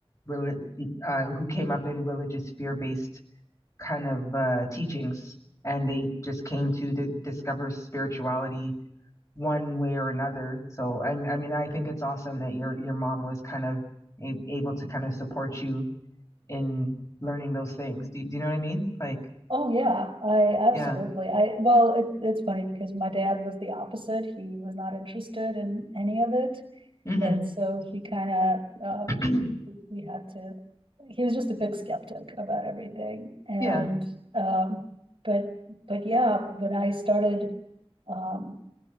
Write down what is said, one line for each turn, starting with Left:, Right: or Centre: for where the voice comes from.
Left: reli- uh, who came up in religious fear-based kind of uh, teachings, and they just came to d- discover spirituality one way or another. So I, I mean, I think it's awesome that your your mom was kind of a- able to kind of support you in learning those things. Do, do you know what I mean? Like,
Right: oh yeah i absolutely
Left: yeah.
Right: i well it, it's funny because my dad was the opposite he was not interested in any of it
Left: hmm
Right: And so he kind of, uh,
Left: <clears throat>
Right: we- had to, he was just a big skeptic about everything. And,
Left: Yeah.
Right: um, but, but yeah, when I started, um,